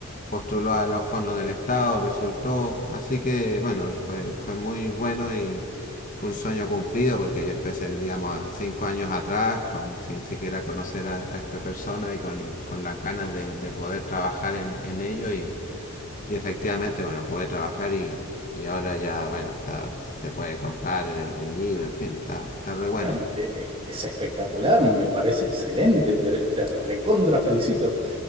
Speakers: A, on the left; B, on the right.
A: postuló a los fondos del Estado, resultó. Así que, bueno, fue, fue muy bueno y fue un sueño cumplido porque yo empecé, digamos, a cinco años atrás, con, sin siquiera conocer a, a esta persona y con, con las ganas de, de poder trabajar en, en ello y y efectivamente, bueno, pude trabajar y, y ahora ya, bueno, está se puede comprar el, el libro, en fin, está, está re bueno.
B: bueno, e- e- es, espectacular, me parece excelente, te, te recontra felicito.